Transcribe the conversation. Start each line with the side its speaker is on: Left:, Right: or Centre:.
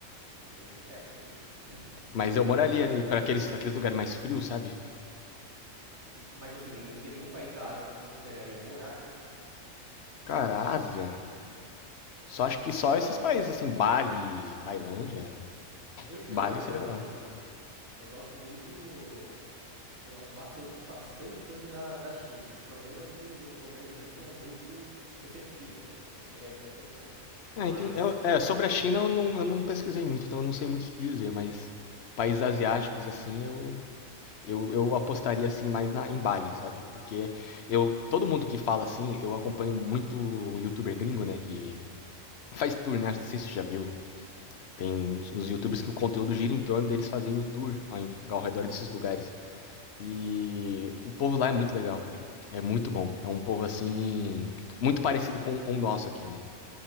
Right: Entendi. É, faz sentido.
Left: Mas eu moraria
Right: Agora,
Left: ali pra aqueles, aqueles lugares mais frios, sabe?
Right: m- mas assim, nem- não tem nenhum país da Ásia que você consideraria morar?
Left: Cara, Ásia. Só acho que só
Right: Porque,
Left: esses
Right: ó,
Left: países, assim, Bali, Tailândia.
Right: eu, eu
Left: Bali
Right: particularmente,
Left: seria legal.
Right: mano, eu gosto muito. Eu gosto bastante de bastante coisa da, da China. O problema é que o governo deles não é muito receptivo, né? Essa que é, que é a questão.
Left: É,
Right: Mas,
Left: entendi, eu, é, sobre a China eu não, eu não pesquisei muito, então eu não sei muito te dizer, mas países asiáticos, assim, eu, eu, eu apostaria, assim, mais na, em Bali, sabe? Porque eu, todo mundo que fala assim, eu acompanho muito youtuber gringo, né, que faz tour, né? Não sei se você já viu. Tem os, os youtubers que o conteúdo gira em torno deles fazendo tour ao, ao redor desses lugares. E o povo lá é muito legal, cara. É muito bom. É um povo assim. Muito parecido com o nosso aqui, né?